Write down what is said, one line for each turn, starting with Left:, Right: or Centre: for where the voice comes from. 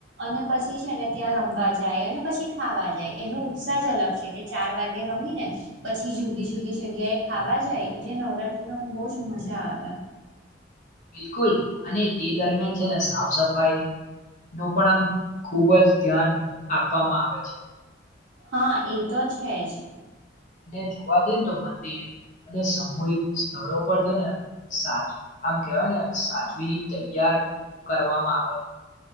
Right: અને પછી છે ને ત્યાં રમવા જાય અને પછી ખાવા જાય એનો ઉત્સાહ જ અલગ છે કે ચાર વાગે રમી ને પછી જુદી જુદી જગ્યા એ ખાવા જાય જે નવરાત્રી ન બહુજ મજા આવે. હ.
Left: બિલકુલ અને તે દરમિયાન છે ને સાફ સફાઈ ન પણ આમ ખૂબ જ ધ્યાન આપવામાં આવે છે.
Right: હા એ તો છે જ.
Left: અને જોવા જઈ ને તો મંદિર અને સામૂહિક સ્થળો પર છે ને સાજ આમ કેવાય ને સાજવીની તૈયાર કરવામાં આવે છે.